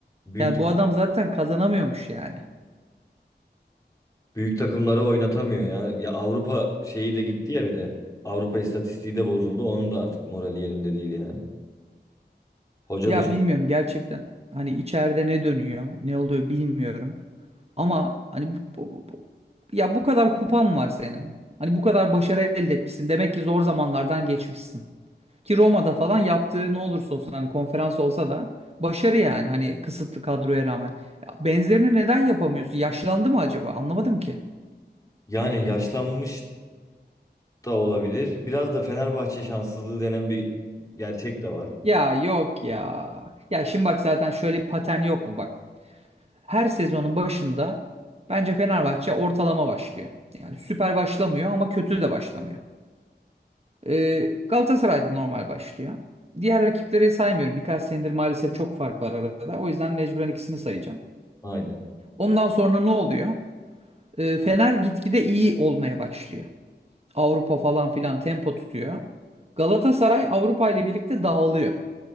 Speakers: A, on the left (about 20°); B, on the right (about 35°).
A: Büyük
B: Yani bu adam zaten kazanamıyormuş yani.
A: Büyük takımlara oynatamıyor ya. Ya Avrupa şeyi de gitti ya bir de. Avrupa istatistiği de bozuldu. Onun da artık morali yerinde değil yani. Hoca
B: Ya
A: da
B: bilmiyorum gerçekten hani içeride ne dönüyor, ne oluyor bilmiyorum. Ama hani bu, bu- bu- ya bu kadar kupan var senin. Hani bu kadar başarı elde etmişsin. Demek ki zor zamanlardan geçmişsin. Ki Roma'da falan yaptığı ne olursa olsun hani konferans olsa da başarı yani hani kısıtlı kadroya rağmen. Ya benzerini neden yapamıyorsun? Yaşlandı mı acaba? Anlamadım ki.
A: yani yaşlanmış da olabilir. Biraz da Fenerbahçe şanssızlığı denen bir gerçek de var.
B: Ya yok ya. Ya şimdi bak zaten şöyle bir patern yok mu bak. Her sezonun başında bence Fenerbahçe ortalama başlıyor. Yani süper başlamıyor ama kötü de başlamıyor. Ee, Galatasaray'da normal başlıyor. Diğer rakipleri saymıyorum. Birkaç senedir maalesef çok fark var arada. O yüzden mecburen ikisini sayacağım.
A: Aynen.
B: Ondan sonra ne oluyor? Ee, Fener gitgide iyi olmaya başlıyor. Avrupa falan filan tempo tutuyor. Galatasaray Avrupa ile birlikte dağılıyor.